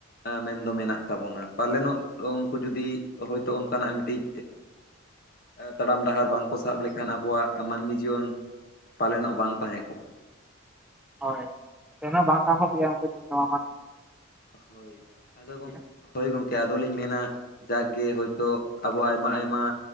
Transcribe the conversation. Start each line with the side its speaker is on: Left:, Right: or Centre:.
Left: ᱢᱮᱱᱫᱚ ᱢᱮᱱᱟᱜ ᱛᱟᱵᱚᱱᱟ ᱯᱟᱞᱮᱱᱚᱜ ᱩᱱᱠᱩ ᱡᱩᱫᱤ ᱦᱳᱭ ᱛᱚ ᱚᱱᱠᱟ ᱱᱟᱜ ᱢᱤᱫᱴᱤᱡ
Centre: <inaudible>
Left: ᱛᱟᱲᱟᱢ ᱰᱟᱦᱟᱨ ᱵᱟᱝ ᱠᱚ ᱥᱟᱵ ᱞᱮᱠᱷᱟᱱ ᱟᱵᱚᱣᱟᱜ ᱢᱟᱹᱱᱢᱤ ᱡᱤᱭᱚᱱ ᱯᱟᱞᱮᱱᱚᱜ ᱵᱟᱝ ᱛᱟᱦᱮᱸ ᱠᱚᱜ-ᱟ ᱾
Centre: ᱦᱳᱭ ᱮᱦᱚᱸ ᱵᱟᱝ ᱛᱟᱦᱮ ᱠᱚᱜ ᱜᱮᱭᱟ ᱩᱱᱠᱩ ᱡᱩᱫᱤ ᱱᱚᱣᱟ ᱵᱟᱝ
Left: ᱦᱳᱭ ᱟᱫᱚ ᱜᱚᱝᱠᱮ
Centre: ᱠᱮᱭᱟ
Left: ᱦᱳᱭ ᱜᱚᱝᱠᱮ ᱟᱫᱚ ᱞᱤᱧ ᱢᱮᱱᱟ ᱡᱟᱠ ᱜᱮ ᱦᱳᱭ ᱛᱚ ᱟᱵᱚ ᱟᱭᱢᱟ ᱟᱭᱢᱟ